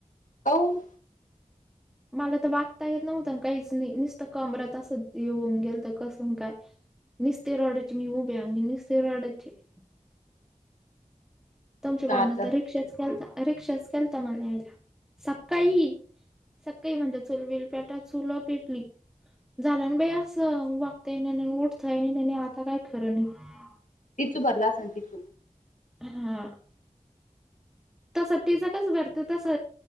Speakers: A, on the left; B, in the centre.
A: काऊन
B: <unintelligible> मला तर वाकता येत नव्हतं काहीच नाही,, नुसतं कमर त असं होऊन गेल तर कसं काय? निसते रॉडाची मी उभे, आणी निसते रॉडाचेऽ तुमच्या
A: का
B: भावना
A: आता
B: तर रिक्षाच केलता,, रिक्षाच केलता मला न यायला,, सकाळीऽ सकाळी म्हणजे चुलबिल पेटवायच,, चुलं पिटलीऽ झालं आणि बाई असं,, वाकता येना उठतय नाही आता काय खरं नाहीऽ
A: तिचू भरला स तीच
B: हम्म तस तीझ कस भरत तस